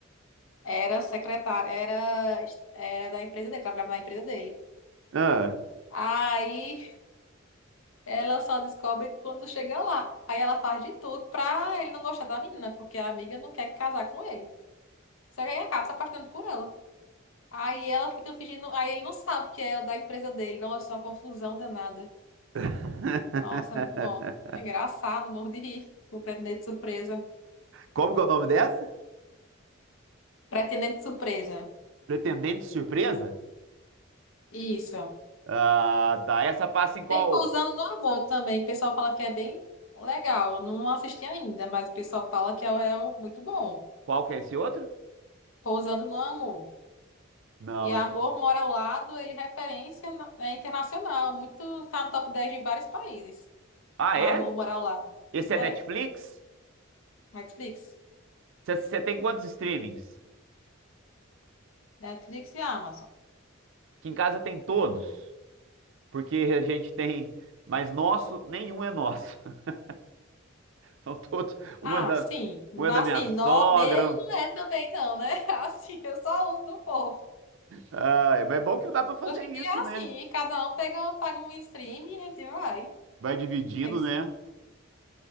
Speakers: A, on the left; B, on the right.
A: era secretária, era, era da empresa dele, trabalhava na empresa dele.
B: ah.
A: Aí ela só descobre quando chega lá. Aí ela faz de tudo pra ele não gostar da menina, porque a amiga não quer casar com ele. Só que aí acaba se apaixonando por ela. Aí ela fica fingindo, aí ele não sabe que é da empresa dele. Nossa, é uma confusão danada.
B: <laughs>
A: Nossa, é muito bom. É engraçado, morro de rir com o pretendente surpresa.
B: Como que é o nome dessa?
A: Pretendente surpresa.
B: Pretendente Surpresa?
A: Isso.
B: Ah, tá. Essa passa em qual?
A: Tem Pousando no Amor também. O pessoal fala que é bem legal. Eu não assisti ainda, mas o pessoal fala que é, é muito bom.
B: Qual que é esse outro?
A: Pousando no Amor.
B: Não.
A: E Amor
B: esse-
A: Mora ao Lado, ele é referência na- é internacional. Muito, tá no top 10 de vários países.
B: Ah,
A: O
B: é?
A: Amor Mora ao Lado.
B: Esse
A: É,
B: é Netflix?
A: Netflix.
B: Você tem quantos streamings?
A: Netflix e Amazon.
B: Que em casa tem todos, porque a gente tem, mas nosso, nenhum é nosso. <laughs> São todos, um
A: Ah,
B: é da,
A: sim.
B: um é
A: Assim,
B: da minha sogra.
A: nó meu não é também não, né? <laughs> Assim, eu só uso do povo.
B: Ah, mas é bom que dá pra fazer
A: Hoje em
B: isso,
A: dia é
B: né?
A: assim, cada um pega, paga um stream e a gente vai.
B: Vai dividindo,
A: Tem que
B: né?